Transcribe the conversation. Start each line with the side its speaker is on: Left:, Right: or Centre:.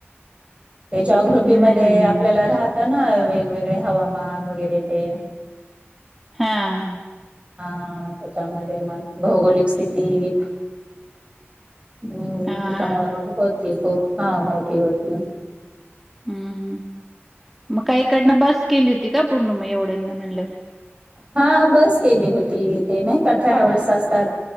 Right: ते जओग्रफी मध्ये
Centre: हं, हं, हं.
Right: आपल्याला राहत ना वेगवेगळे हवामान वगैरे ते
Centre: हां.
Right: हा ह त्याच्यामध्ये म भौगोलिक स्थिती हम्म
Centre: हां,
Right: त्याच्यामुळे
Centre: हां.
Right: मग होती खूप हा मोठी होती
Centre: हम्म म का इकडनं बस केली होती का पूर्ण मग एवढ्याना म्हटल्यावर
Right: हा बस केली होती ते नाही कठरा्या ह्या वेळेस असतात